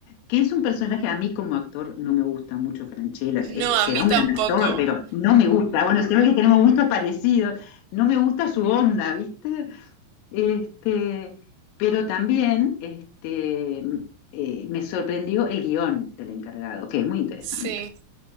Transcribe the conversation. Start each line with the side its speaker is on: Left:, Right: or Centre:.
Left: Que es un personaje, a mí como actor no me gusta mucho Francella. Es-
Right: No, a
Left: será
Right: mí
Left: un
Right: tampoco.
Left: gran actor, pero no me gusta. Bueno, se ve que tenemos gustos parecidos. No me gusta su onda, ¿viste? Este, pero también este, eh, me sorprendió el guión del encargado, que es muy interesante.
Right: Sí.